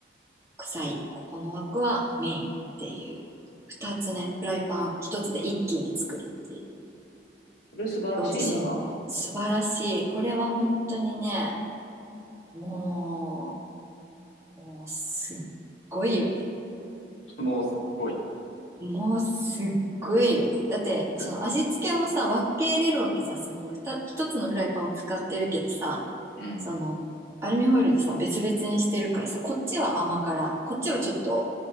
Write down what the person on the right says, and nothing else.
臭い、ここの枠はメインっていう、二つね、フライパン一つで一気に作るっていう、
同時進行で。素晴らしい。これは本当にね、もう、もうすっごいよね。
もうすっごいよね。だって、その味付けもさ、
分けれるわけじゃん。そのふた一つのフライパンを使ってるけどさ、
その、アルミホイルでさ、別々にしてるからさ、こっちは甘辛、こっちはちょっと、